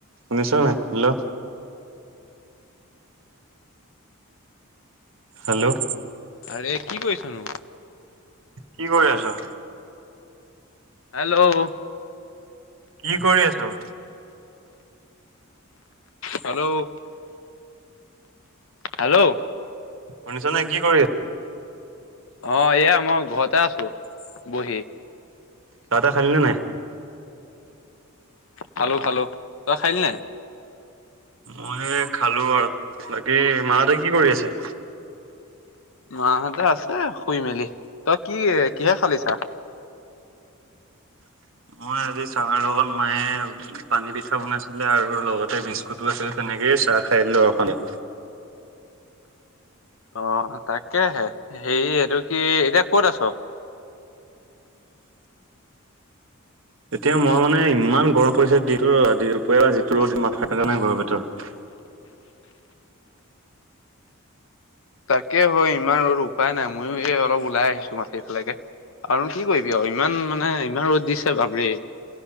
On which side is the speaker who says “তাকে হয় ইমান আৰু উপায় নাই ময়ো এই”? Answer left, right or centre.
Left